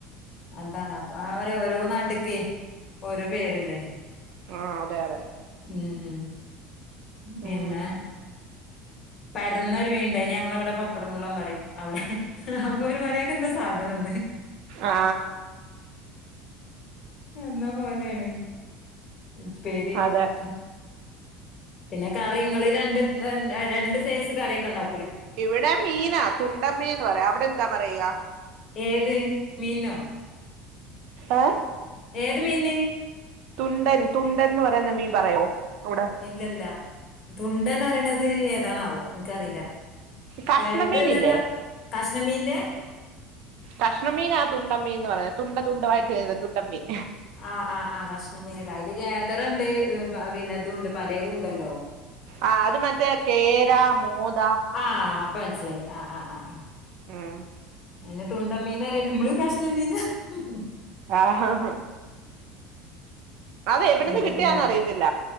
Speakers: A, on the left (about 35°); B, on the right (about 60°).
A: അതാണ് അപ്പൊ അവരെ ഓരോ നാട്ടക്ക് ഓരോ പേരല്ലേ
B: ആ അതെ അതെ
A: ഉം ഉം പിന്നെ
B: ഉം
A: പരന്ന ഒര് മിനുണ്ട് യിന്ന് ഞങ്ങളവിടെ പപ്പടമുള്ളൻ എന്ന്പറയും അവിടെ അപ്പ അവര് പറയാക്കെ എന്താ സാധ ഇങ്ങ് തന്നെ
B: ആ
A: എന്ന പോലെണ് ഉപ്പേരി
B: അതെ
A: ആ പിന്നെ കറി ഇങ്ങള് രണ്ട് മ് രണ്ട് സൈസ് കറിയൊക്കെ ഉണ്ടാ
B: ഇവിടെ മീനാ തുണ്ടൻ മീൻന്ന് പറയും അവിടെ എന്താ പറയാ
A: ഏത് മീനോ
B: ഏ
A: ഏത് മീൻന്
B: തുണ്ടൻ തുണ്ടൻന്ന് പറയുന്ന മീൻ പറയോ ഇവിടെ
A: ഇല്ലില്ല തുണ്ടൻ പറയണത് ഏതാണാവോ ഇൻകറില്ല
B: കഷ്ണമീനില്ലേ
A: ഏ ഇതല്ലല്ലോ കഷ്ണംമീന്റെ
B: കഷ്ണൻ മീന ആ തുണ്ടൻ മീൻന്ന് പറയുന്നത് തുണ്ട തുണ്ടായിട്ട് വരുന്ന തുണ്ട മീൻ
A: ആ ആ ആ കഷ്ണം മീന് അതില് ഗേതറുണ്ട് പിന്നെ ഇതും ഉണ്ട് പലേതും ഉണ്ടല്ലോ
B: ആ അത് മറ്റേ കേര <unintelligible>
A: ആ അപ്പൊ മനസ്സിലായി ആ ആ ആ ആ
B: ഉം
A: <unintelligible> തുണ്ടൻ മീന അറിയല്ല നമ്മള് കഷ്ണം മീന <unintelligible>
B: ഹ ഹ ഹ് അതെ എവിടന്ന്
A: തുണ്ടൻ
B: കിട്ടിയാന്ന്
A: മീനല്ലേ
B: അറിയത്തില്ല